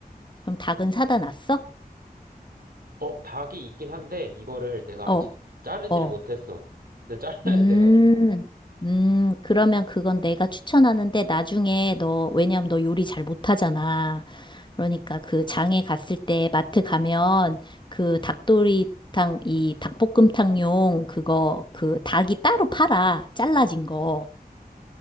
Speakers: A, on the left (about 30°); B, on the right (about 65°).
A: 그럼 닭은 사다 놨어?
B: 어, 닭이 있긴 한데, 이거를 내가
A: 어,
B: 아직 자르질
A: 어.
B: 못했어. 근데 <laughs> 잘라야
A: 음,
B: 돼가지고.
A: 음, 그러면 그건 내가 추천하는데 나중에 너, 왜냐면 너 요리 잘 못하잖아. 그러니까 그 장에 갔을 때 마트 가면 그 닭도리탕, 이 닭볶음탕용 그거, 그 닭이 따로 팔아. 잘라진 거.